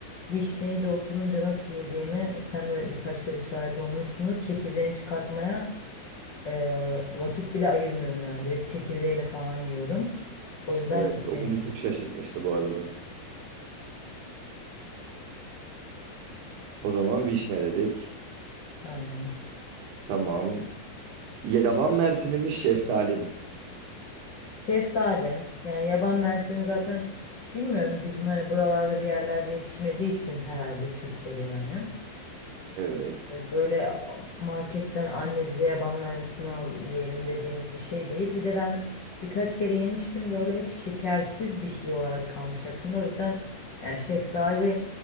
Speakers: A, on the left; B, on the right.
A: vişneyi de oturunca nasıl yediğimi sen de birkaç kere şahit olmuşsundur. Çekirdeğini çıkartmaya e, vakit bile ayırmıyorum yani. Direkt çekirdeğiyle falan yiyorum. O yüzden
B: Evet
A: vişne.
B: o beni çok şaşırtmıştı bu arada. O zaman vişne dedik.
A: Aynen.
B: Tamam. Yaban mersini mi şeftali mi?
A: Şeftali. Yani yaban mersini zaten bilmiyorum bizim hani buralarda bir yerlerde yetişmediği için herhalde Türkiye'de yani.
B: Evet.
A: E, Böyle marketten anne bize yaban mersini al yiyelim dediğimiz bir şey değil. Bir de ben birkaç kere yemiştim böyle hep şekersiz bir şey olarak kalmış aklımda. O yüzden yani şeftali